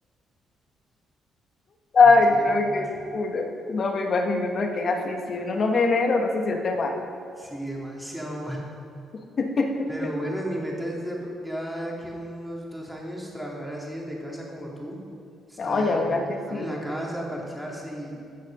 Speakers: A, in the centre; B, on the left.
A: <laughs> Sinceramente,
B: Ay, no, qué locura. No me imagino, no es que es así. Si uno no genera, uno se siente mal.
A: sí, demasiado
B: <laughs>
A: Pero bueno, mi meta es de- ya de aquí a unos dos años trabajar así desde casa como tú, estar,
B: No, ya verás que
A: estar
B: sí.
A: en la casa, parcharse y,